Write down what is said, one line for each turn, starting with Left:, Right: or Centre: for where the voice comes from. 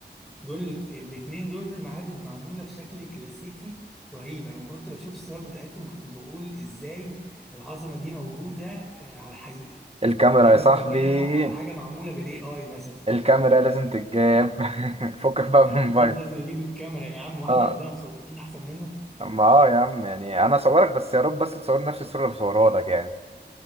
Centre: دول الاتنين دول معابد معمولة في شكل كلاسيكي رهيب أنا ما كنت بشوف الصور بتاعتهم كنت بقول إزاي العظمة دي موجودة آه، على الحقيقة
Right: الكاميرا
Centre: أنا كنت
Right: يا صاحبي
Centre: فاكرها حاجة معمولة بالاي اي مثلا
Right: الكاميرا لازم تتجاب <laughs> فكك بقى من
Centre: احنا
Right: الموبايل
Centre: أكيد لازم نجيب الكاميرا يا عم واحنا
Right: اه
Centre: عندنا مصورين أحسن منك
Right: ما اه يا عم يعني انا اصورك بس يا رب بس تصور نفس الصورة اللي بصورها لك يعني